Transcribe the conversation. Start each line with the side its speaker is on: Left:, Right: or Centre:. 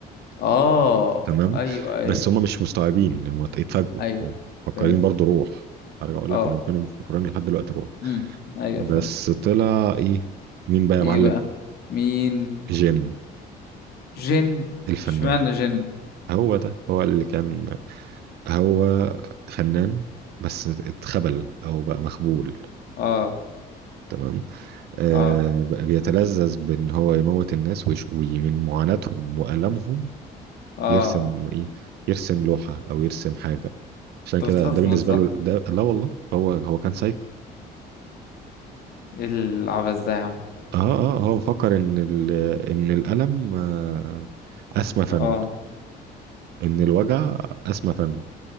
Left: اه
Right: تمام
Left: ايوه ايوه
Right: بس هم مش مستوعبين هم اتفاجئوا
Left: ايوه
Right: هم مفكرين
Left: فهمت
Right: برضو روح هرجع اقول
Left: اه
Right: لك انهم كانوا مفكرين لحد دلوقتي روح
Left: امم ايوه
Right: بس
Left: فهمت
Right: طلع ايه مين بقى يا
Left: ايه
Right: معلم
Left: بقى مين
Right: جن
Left: جن
Right: الفنان
Left: اشمعنى جن
Right: هو ده هو اللي كان هو فنان بس اتخبل او بقى مخبول
Left: اه
Right: تمام آه
Left: اه
Right: بقى بيتلذذ بان هو يموت الناس ويش- ومن معاناتهم والامهم
Left: اه
Right: يرسم ايه يرسم لوحة او يرسم حاجة عشان
Left: انت
Right: كده
Left: بتهزر
Right: ده بالنسبة
Left: صح
Right: له ده لا والله هو هو كان سايكو
Left: ايه العبث ده يا عم
Right: اه اه هو مفكر ان ال... ان الالم آه، اسمى فن
Left: اه
Right: ان الوجع اسمى فن